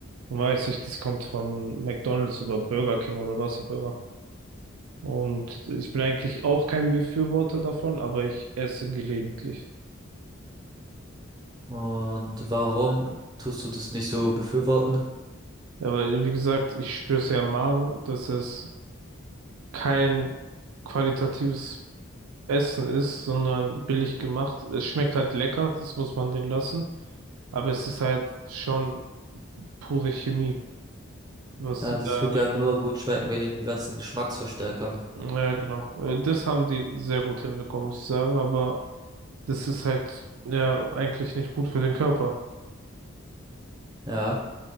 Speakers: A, on the right; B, on the right.
A: weiß ich, das kommt von McDonald's oder Burger King oder was auch immer. Und ich bin eigentlich auch kein Befürworter davon, aber ich esse gelegentlich.
B: Und warum tust du das nicht so befürworten?
A: Ja, weil, wie gesagt, ich spüre es ja im Magen, dass es kein qualitatives Essen ist, sondern billig gemacht. Es schmeckt halt lecker, das muss man denen lassen. Aber es ist halt schon pure Chemie, was
B: Ja,
A: sie
B: das
A: da
B: tut
A: reinkommen.
B: ja nur gut schmecken wegen den ganzen Geschmacksverstärkern.
A: Ja, genau. Äh, Das haben die sehr gut hinbekommen, muss ich sagen, aber Das ist halt ja eigentlich nicht gut für den Körper.
B: Ja,